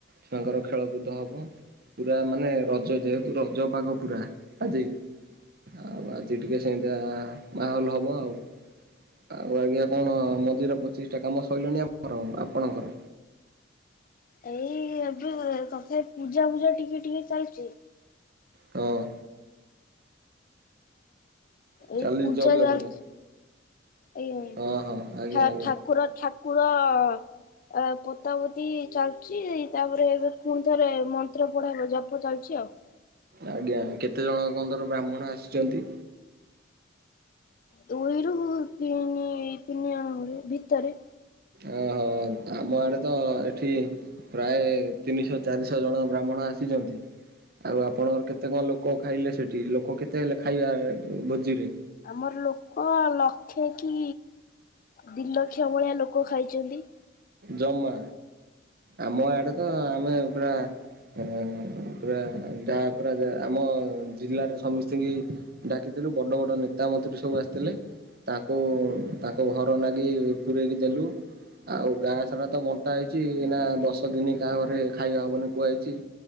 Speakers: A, on the right; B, on the left.
A: ଛୁଆଙ୍କର ଖେଳକୁଦ ହବ। ପୁରା ମାନେ ରଜ ଯେହେତୁ ରଜ ପାଗ ପୁରା ଆଜି। ଆଉ ଆଜି ଟିକେ ସେମିତିଆ ମାହୋଲ ହବ ଆଉ। ଆଉ ଆଜ୍ଞା କଣ ମନ୍ଦିର ପଚିଶ ଟା କାମ ସରିଲଣି ଆ ହର ଆପଣଙ୍କର
B: ଏଇ ଏବେ ତଥା ପୂଜା ଫୂଜା ଟିକେ ଟିକେ ଚାଲିଛି।
A: ହଁ ଅଁ
B: ଏଇ
A: ଚାଲି
B: ପୂଜାଚ
A: ଯଜ୍ଞ
B: ଚାଲିଛି,
A: ପୂଜା
B: ଏଇ
A: ହଁ ହଁ ଆଜ୍ଞା
B: ଠା
A: ଆଜ୍ଞା।
B: ଠାକୁ କୁର ଠାକୁର ଠାକୁର ଆ ପୋତାପୋତି ଚାଲିଚି ତାପରେ ଏବେ ପୁଣି ଥରେ ମନ୍ତ୍ର ପଢା ହବ ଜପ ଚାଲିଛି ଆଉ।
A: ଆଜ୍ଞା, କେତେ ଜଣ କନ୍ଦର ବ୍ରାହ୍ମଣ ଆସିଛନ୍ତି?
B: ଦୁଇରୁ ତିନି ତିନି ଜଣ ହରେ ଭିତରେ।
A: ଓହୋ, ଆମ ଆଡେ ତ ଏଠି ପ୍ରାୟ ତିନିଶହ ଚାରିଶହ ଜଣ ବ୍ରାହ୍ମଣ ଆସିଛନ୍ତି। ଆଉ ଆପଣଙ୍କର କେତେ କଣ ଲୋକ ଖାଇଲେ ସେଠି, ଲୋକ କେତେ ହେଲେ ଖାଇବା ଭୋଜିରେ?
B: ଆମର ଲୋକ ଲକ୍ଷେ କି, ଦି ଲକ୍ଷ ଭଳିଆ ଲୋକ ଖାଇଛନ୍ତି।
A: ଜମା, ଆମ ଆଡେ ତ ଆମେ ପୁରା ହ ପୁରା ଯାହା ପୁରା ଆମ ଜିଲ୍ଲାରେ ସମସ୍ତିଙ୍କି ଡାକିଥିଲୁ, ବଡ ବଡ ନେତା, ମନ୍ତ୍ରୀ ସବୁ ଆସିଥିଲେ। ତାଙ୍କୁ, ତାଙ୍କ ଘର ନାଗି ପୂରେଇକି ଦେଲୁ ଆଉ। ଗାଁ ସାରା ତ ବଣ୍ଟା ହେଇଛି, ଏନା ଦଶ ଦିନ କାହା ଘରେ ଖାଇବା ହବନି କୁହାଯାଇଛି।